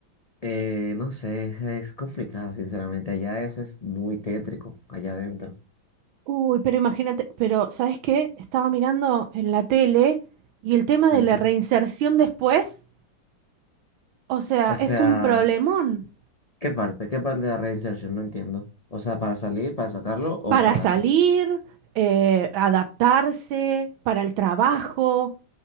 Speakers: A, on the left; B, on the right.
A: eh, no sé, es, es complicado, sinceramente. Allá eso es muy tétrico, allá adentro.
B: uy, pero imagínate, pero ¿sabes qué? Estaba mirando en la tele y el tema
A: ¿El
B: de la
A: qué?
B: reinserción después, o sea,
A: O
B: es
A: sea,
B: un problemón
A: ¿qué parte? ¿Qué parte de la reinserción? No entiendo. O sea, ¿para salir, para sacarlo o
B: para
A: para
B: salir,
A: qué?
B: eh, adaptarse, para el trabajo,